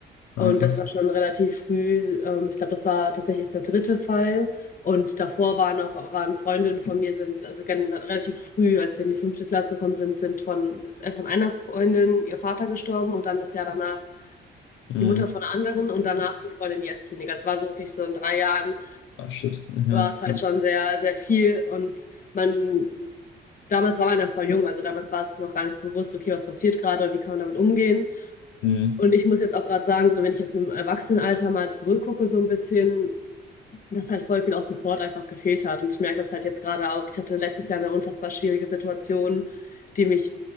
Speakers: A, on the left; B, on the left.
A: Ah,
B: Und
A: krass.
B: das war schon relativ früh. Ähm, ich glaube, das war tatsächlich erst der dritte Fall. Und davor waren auch waren Freundinnen von mir, sind also gen- relativ früh, als wir in die fünfte Klasse gekommen sind, sind von, ist erst von einer Freundin ihr Vater gestorben und dann das Jahr danach
A: Mhm.
B: die Mutter von einer anderen und danach die Freundin in die Essklinik. Das war so wirklich so in drei Jahren
A: Ah, shit. Mhm.
B: war es halt schon sehr, sehr viel und man, damals war man ja voll jung, also damals war es noch gar nicht so bewusst, okay, was passiert gerade und wie kann man damit umgehen.
A: Mhm.
B: Und ich muss jetzt auch gerade sagen, so wenn ich jetzt im Erwachsenenalter mal zurückgucke so ein bisschen dass halt voll viel auch Support einfach gefehlt hat. Und ich merke das halt jetzt gerade auch. Ich hatte letztes Jahr eine unfassbar schwierige Situation, die mich